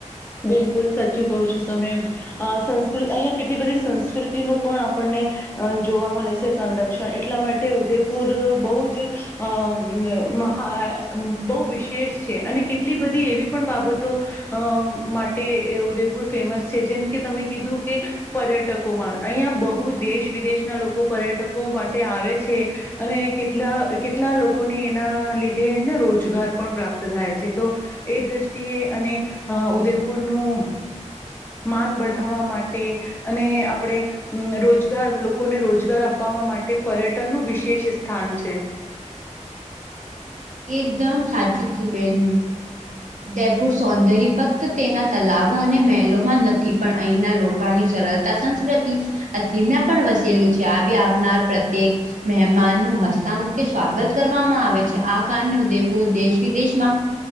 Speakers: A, on the left; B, on the right.
A: બિલકુલ સાચું કહો છો તમે અ સંસ્કૃ અહીંયા કેટલી બધી સંસ્કૃતિનું પણ આપણને અ જોવા મલે છે, સંરક્ષણ એટલા માટે ઉદેપુર બોઉ જ અ મહા બો વિશેષ છે, અને કેટલી બધી એવી પણ બાબતો અ માટે ઉદયપુર ફેમસ છે, જેમ કે તમે કીધું કે પર્યટકોમાં અહિયાં બહુ દેશ વિદેશના લોકો પર્યટકો માટે આવે છે. અને કેટલા કેટલા લોકોને એના લીધે ને રોજગાર પણ પ્રાપ્ત થાય છે, તો એ દ્રષ્ટિએ અને અ ઉદયપુરનું માન બઢાવવા માટે અને આપણેે અમ રોજગાર લોકોને રોજગાર અપાવવા માટે પર્યટનનું વિશેષ સ્થાન છે.
B: એકદમ સાચું થયુ બેન ઉદેપુર સૌંદર્ય ફક્ત તેના તલાવો અને મહેલોમાં નથી પણ અહીંના લો કાની સરતા સંસ્કૃતિ <unintelligible> તેમાં પણ વસેલું છે, આવી આવનાર પ્રત્યેક મહેમાનનું હસતા મૂખે સ્વાગત કરવામાં આવે છે, આ કારણે ઉદેપૂર દેશ વિદેશમાં